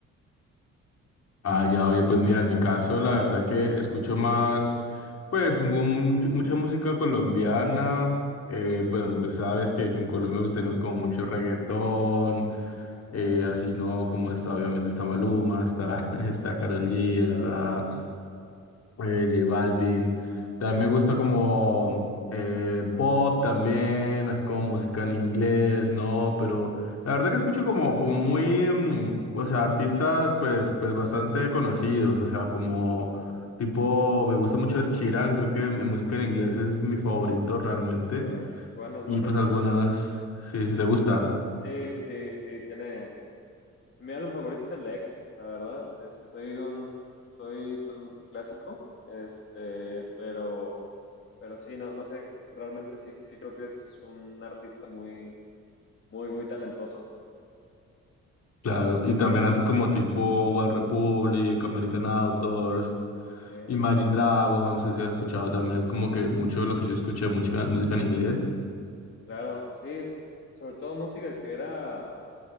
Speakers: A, on the left; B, on the left.
A: Ah, ya, oye, pues mira, en mi caso, la verdad que escucho más, pues, mu- mucha música colombiana. Eh, pues, bueno, pues sabes que, que en Colombia pues, tenemos como mucho reggaetón,
B: Ah, claro.
A: eh, así no, como está, obviamente está Maluma, está, <laughs> está Karol G,
B: Karol
A: está
B: G.
A: eh, J Balvin. También me gusta como eh, pop también, así como música en inglés, ¿no? Pero la verdad que escucho como, como muy, mm, o sea, artistas pues, pues bastante conocidos, o sea, como tipo, me gusta mucho Ed Sheeran, creo que mi música en inglés es mi favorito realmente.
B: Ok, es bueno, es
A: Y
B: bueno
A: pues
B: Chiran,
A: algunas,
B: ¿eh?
A: sí, si te gusta,
B: Sí, sí, sí, sí, tiene... Mi álbum favorito es el ex, la verdad. Este, soy un, soy pues un clásico, este, pero... Pero sí, no, no sé, realmente sí, sí creo que es un artista muy, muy, muy talentoso.
A: claro. Y también así como tipo One Republic, American Authors.
B: Sí,
A: Imagine Dragons, si has escuchado también, es como que mucho de lo que yo escuché, música, música en inglés.
B: Claro, sí, es- sobre todo música que era,